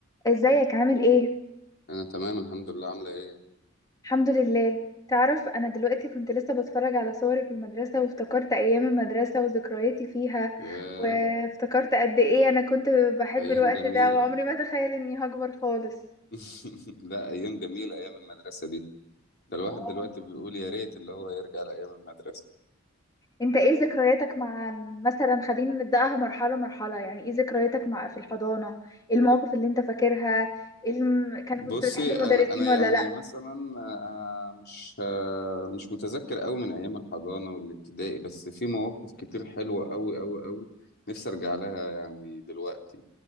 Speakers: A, on the left; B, on the left.
A: ازيك عامل ايه
B: انا تمام الحمد لله عامله ايه
A: الحمد لله تعرف انا دلوقتي كنت لسه بتفرج على صوري في المدرسة وافتكرت ايام المدرسة وذكرياتي فيها
B: ياه
A: وافتكرت قد ايه انا كنت بحب
B: ايام
A: الوقت
B: جميله
A: ده وعمري ما اتخيل اني هكبر خالص
B: <laughs> لا ايام جميله ايام المدرسه دي ده الواحد
A: اه
B: دلوقتي بيقول يا ريت اللي هو يرجع لايام المدرسه
A: انت ايه ذكرياتك مع مثلا خلينا نبدأها مرحلة مرحلة يعني ايه ذكرياتك مع في الحضانة ايه المواقف اللي انت فاكرها إيه الم... كان
B: بصي
A: كنت بتحب المدرسين
B: انا انا
A: ولا
B: يعني
A: لا
B: مثلا آه، آه، مش آه، مش متذكر قوي من ايام الحضانه والابتدائي بس في مواقف كتير حلوه قوي قوي قوي نفسي ارجع لها يعني دلوقتي